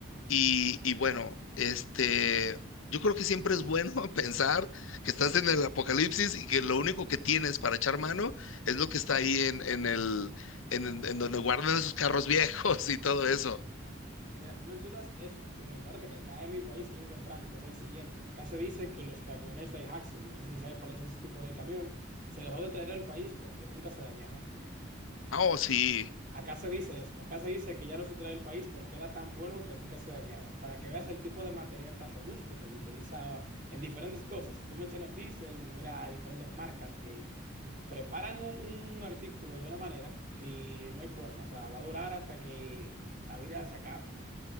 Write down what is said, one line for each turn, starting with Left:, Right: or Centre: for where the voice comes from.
Left: y, y bueno, este, yo creo que siempre es bueno <laughs> pensar que estás en el apocalipsis y que lo único que tienes para echar mano es lo que está ahí en, en el, en, en en donde guardan esos carros <laughs> viejos y todo
Right: Así.
Left: eso.
Right: Mira, tú mencionas eso, comentarte que acá en mi país hay un refrán que es el siguiente. Acá se dice que los camiones Daihatsu, no sé si sabes cuál es ese tipo de camión, se dejó de traer al país porque nunca se dañaba.
Left: Ah, Oh, sí.
Right: Acá se dice eso, acá se dice que ya no se trae al país porque era tan bueno que nunca se dañaba. Para que veas el tipo de material tan robusto que se utilizaba en diferentes cosas. Tú mencionas diésel, mira, hay diferentes marcas que preparan un, un artículo de una manera que no hay forma, o sea, va a durar hasta que la vida se acabe.